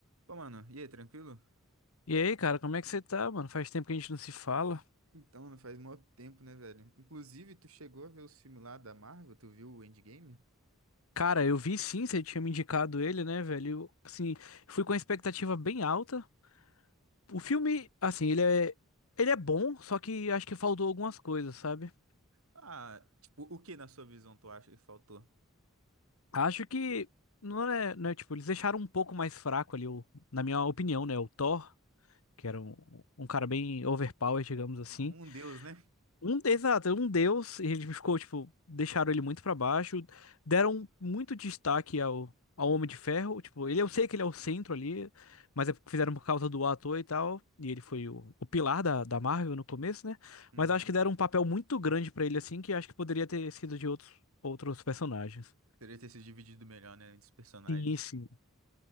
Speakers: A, on the right; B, on the left.
A: Pô, mano, e aí, tranquilo?
B: E aí, cara, como é que você tá, mano? Faz tempo que a gente não se fala.
A: Então, não faz mó tempo, né, velho? Inclusive, tu chegou a ver os filmes lá da Marvel? Tu viu o Endgame?
B: Cara, eu vi sim, você tinha me indicado ele, né, velho? Eu, assim, fui com a expectativa bem alta. O filme, assim, ele é, ele é bom, só que acho que faltou algumas coisas, sabe?
A: Ah, tipo, o que na sua visão tu acha que faltou?
B: Acho que não é, não é, tipo, eles deixaram um pouco mais fraco ali, o, na minha opinião, né, o Thor, que era um, um cara bem overpowered, digamos assim.
A: Ah, Um deus, né?
B: Um, exato, um deus, e ele ficou, tipo, deixaram ele muito pra baixo, deram muito destaque ao, ao Homem de Ferro, tipo, ele, eu sei que ele é o centro ali, mas é porque fizeram por causa do ator e tal, e ele foi o, o pilar da, da Marvel no começo, né?
A: Uhum.
B: Mas acho que deram um papel muito grande pra ele, assim, que acho que poderia ter sido de outros, outros personagens.
A: Poderia ter sido dividido melhor, né, entre os personagens.
B: Sim, sim.